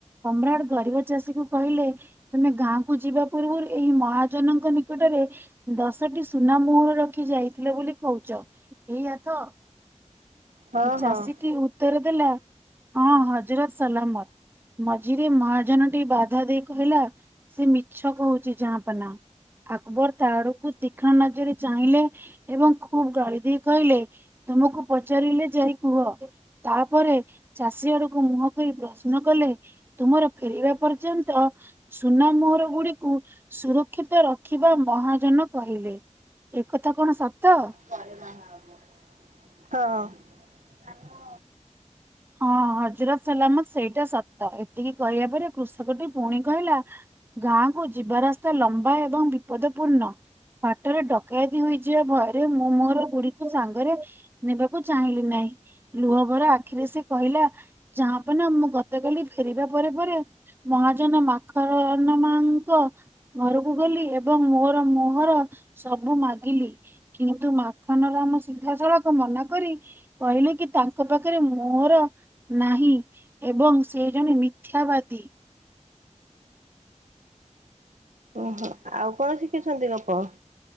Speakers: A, on the right; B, on the right.
A: ସମ୍ରାଟ ଗରିବ ଚାଷୀକୁ କହିଲେ ତମେ ଗାଁକୁ ଯିବା ପୂର୍ବରୁ ଏଇ ମହାଜନଙ୍କ ନିକଟରେ ଦଶଟି ସୁନା ମୋହର ରଖି ଯାଇଥିଲେ ବୋଲି କହୁଛ ଏଇଆ ତ।
B: ହଁ ହଁ ହଁ।
A: ଚାଷୀଟି ଉତ୍ତର ଦେଲା ହଁ ହଜାର ସଲାମତ। ମଝିରେ ମହାଜନ ଟି ବାଧା ଦେଇ କହିଲା ସେ ମିଛ କହୁଛି ଯା ପନା। ଆକବର ତା ଆଡକୁ ତୀକ୍ଷ୍ଣ ନଜରରେ ଚାହିଁଲେ ଏବଂ ଖୁବ ଗଳି ଦେଇ କହିଲେ ତୁମକୁ ପଚାରିଲେ ଯାଇ କୁହ। ତାପରେ ଚାଷୀ ଆଡକୁ ମୁହଁ କରି ପ୍ରଶ୍ନ କଲେ ତୁମର ଫେରିବା ପର୍ଯ୍ୟନ୍ତ ସୁନା ମୋହର ଗୁଡିକୁ ସୁରକ୍ଷିତ ରଖିବା ମହାଜନ କହିଲେ। ଏକଥା କଣ ସତ?
B: ପରେ ବାହା ହବ। ହଁଁ। ସଲ
A: ହଁ ହଜରତ ସଲାମତ ସେଇଟା ସତ ଏତିକି କହିବା ପରେ କୃଷକଟି ପୁଣି କହିଲା। ଗାଁକୁୁ ଯିବା ରାସ୍ତା ଲମ୍ବା ଏବଂ ବିପଦ ପୂର୍ଣ୍ଣ। ବାଟରେ ଡକାୟତି ହୋଇଯିବା ଭୟରେ ମୁଁ ମୋର ଗୁଡିକୁ ସାଙ୍ଗରେ ନେବାକୁ ଚାହିଁଲି ନାହିଁ ଲୁହଭରା ଆଖିରେ ସେ କହିଲା ଯାହାପ ନା ମୁଁ ଗତକାଲି ଫେରିବା ପରେ ପରେ ମହାଜନ ମାଖନ ନ ମାଙ୍କ ଘରକୁ ଗଲି ଏବଂ ମୋର ମୁହଁର ସବୁ ମାଗିଲି କିନ୍ତୁ ମାଖନ ର ଆମ ସିଧାସଳଖ ମନା କରି କହିଲେ କି ତାଙ୍କ ପାଖରେ ମୋର ନାହିଁ ଏବଂ ସେ ଜଣେ ମିଥ୍ୟାବାଦୀ
B: ଓହୋ ଆଉ କଣ ଶିଖିଛନ୍ତି ଗପ